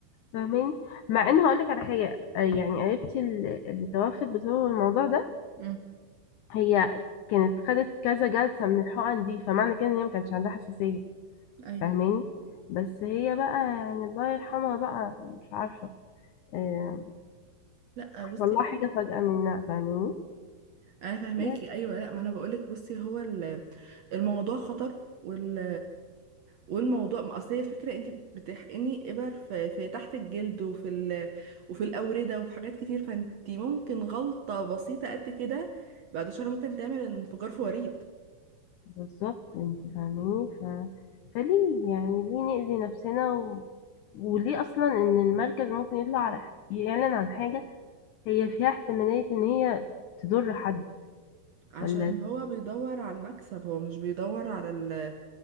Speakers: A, on the left; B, on the right.
A: فاهماني مع ان هقولك على حاجة آه، يعني قريبتي اللي اللي توفت بسبب الموضوع ده
B: مم.
A: هي كانت خدت كذا جلسة من الحقن دي فمعنى كده ان هي ما كانش عندها حساسية
B: ايوه
A: فاهماني بس هي بقى يعني الله يرحمها بقى مش عارفة آه،
B: لا
A: حصل
B: بصي
A: لها حاجة فجأة منها فاهماني
B: انا فاهماكي
A: بس
B: ايوه لا ما انا بقولك بصي هو ال- الموضوع خطر وال والموضوع ما اصل هي الفكره انت بتحقني ابر في, في تحت الجلد وفي ال... وفي الاورده وفي حاجات كتير فانت ممكن غلطه بسيطه قد كده بعد شهر ممكن تعمل انفجار في وريد
A: بالظبط انت فاهماني ف... فليه يعني ليه نأذي نفسنا و... وليه اصلا ان المركز ممكن يطلع على يعلن عن حاجة هي فيها احتمالية ان هي تضر حد
B: عشان
A: ولا
B: هو بيدور على المكسب هو مش بيدور على ال...